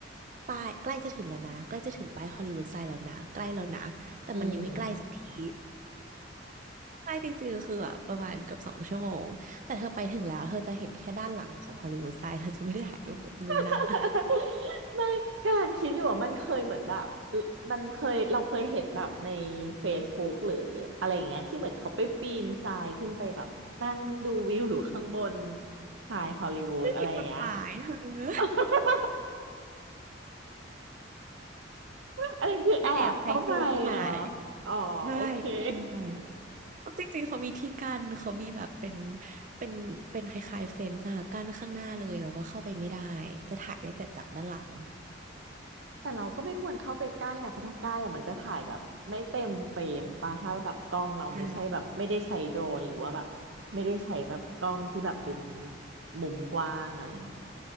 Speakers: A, on the right; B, on the right.
A: ป้ายใกล้จะถึงแล้วนะใกล้จะถึงป้ายฮอลลีวูดไซด์แล้วนะใกล้แล้วนะแต่มันยังไม่ใกล้สักที
B: อืม
A: ใช่จริงๆคือแบบประมาณเกือบสองชั่วโมงแต่เธอไปถึงแล้วเธอจะเห็นแค่ด้านหลังของฮอลลีวูดไซด์เธอจะไม่ได้ถ่ายรูปแบบนั้นนะ
B: <laughs> ไม่กำลังคิดอยู่ว่ามันเคยเหมือนแบบเอ่อมันเคยเราเคยเห็นแบบใน Facebook หรืออะไรอย่างเงี้ยที่เหมือนเขาไปปีนทรายขึ้นไปแบบนั่งดูวิวอยู่ข้างบนทรายฮอลลีวูดอะไรอย่างเงี้ย
A: ผิดกฎหมายเธอ
B: <laughs> อันนั้นคือแอบเข้าไปเนาะ
A: แต่แอบใช้โดรนถ่าย <laughs>
B: อ๋อโอเค
A: ใช่
B: <laughs>
A: ใช่เพราะจริงๆเขามีที่กั้นเขามีแบบเป็นเป็นเป็นคล้ายๆเฟนส์อะกั้นข้างหน้าเลยแล้วก็เข้าไปไม่ได้จะถ่ายได้แต่จากด้านหลัง
B: แต่เราก็ไม่ควรเข้าไปใกล้นะเพราะถ้าใกล้อะมันก็ถ่ายแบบไม่เต็มเฟรมป่ะถ้าแบบกล้องเราไม่ใช่แบบไม่ได้ใช้โดรนหรือว่าแบบไม่ได้ใช้แบบกล้องที่แบบเป็น
A: ใช่
B: มุมกว้างอะไรอย่างเงี้ย